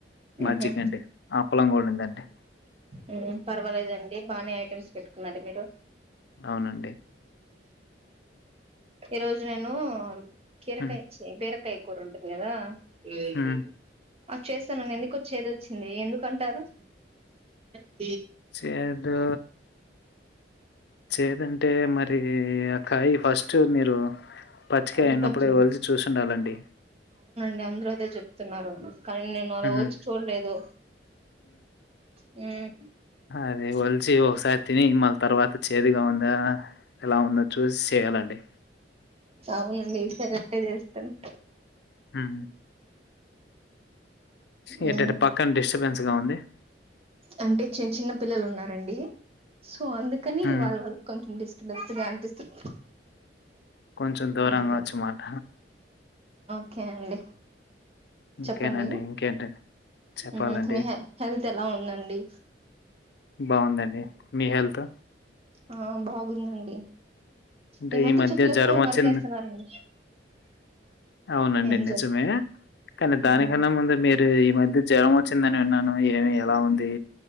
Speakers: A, on the left; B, on the right.
A: మజ్జిగ
B: ఉహు
A: అండి అప్పలం కూడా ఉందండి
B: హ్మ్మ్ పర్వాలేదండి బానే ఐటమ్స్ పెట్టుకున్నారు మీరు
A: అవునండి
B: ఈరోజు నేను కీరకాయచ్చే
A: మ్మ్
B: బీరకాయ కూర ఉంటుంది కదా ఎ ఐపోంది
A: మ్మ్
B: ఆ చేస్తామన్ ఎందుకు వచ్చేది వచ్చింది ఎందుకుంటారు ఏ
A: చేదు చేదంటే మరి కాయ్ ఫస్ట్ మీరు పచ్చికయ
B: అది
A: అయినప్పుడే
B: కొంచెం
A: వలిసి చూసిండాలండి
B: అందరు అదే చెప్తున్నారు కానీ నేను అలా
A: మ్మ్
B: వల్చి చూడలేదు హుమ్
A: అదే వలిచి ఒకసారి తిని మళ్ళ తర్వాత చేదుగా ఉందా ఎలా ఉందో చూసి చేయాలండి.
B: అవునండి విసర అట్టే చేస్తన్
A: హుమ్ ఏ
B: మ్మ్
A: టట పక్కన డిస్టర్బెన్స్ గా ఉంది
B: అంటే చిన్ చిన్న పిల్లలు ఉన్నారండి అందుకని
A: హ్మ్.
B: వాళ్ళ వాల్ కొంచెం స్ బెస్ట్ గా అనిపిస్తుంది
A: కొంచెం దూరంగా
B: అందుకు
A: వచ్ మాట
B: ఓకే అండి
A: ఇంకేనండి
B: చెప్పండి
A: ఇంకేంటి చెప్పాలండి
B: మ్మ్ మీ హె హెల్త్ ఎలా ఉందండి
A: బాగుందండి మీ హెల్త్ త
B: ఆ బాగుందండి
A: అంటే
B: ఈ మధ్య చెట్లు ఎక్కువ
A: జ్వరం
B: నరికేస్తున్నారండి.
A: వచ్చింది అవునండి
B: ఏం
A: నిజమే
B: చేద్దాం
A: కానీ దానికన్నా
B: మ్మ్
A: ముందే మీరు ఈ మధ్య జ్వలం వచ్ వచ్చిందని అన్నాను ఏమి ఎలా ఉంది